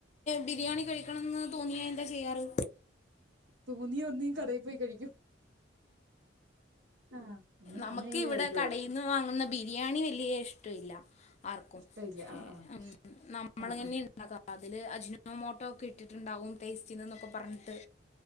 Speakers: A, on the left; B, on the right.
A: ബിരിയാണി കഴിക്കണമെന്ന് തോന്നിയാൽ എന്താ ചെയ്യാറ്?
B: തോന്നിയ ഒന്നി കടയിൽ പോയി കഴിക്കും ആഹ്. നീ
A: നമ്മക്ക്
B: അങ്ങനെയൊക്കെ
A: ഇവിടെ
B: കഴിക്കുള്ളൂ
A: കടയിന്ന് വാങ്ങുന്ന ബിരിയാണി വലിയ ഇഷ്ടില്ല ആർക്കും.
B: ഇഷ്ടമില്ല
A: പക്ഷെ
B: ആഹ്
A: നമ്മള്
B: ആഹ്
A: തന്നെ ഇണ്ടാക്കാ. അതില് അജിനോ മോട്ടോ ഒക്കെ ഇട്ടിട്ടുണ്ടാവും ടേസ്റ്റിന് എന്നൊക്കെ പറഞ്ഞിട്ട്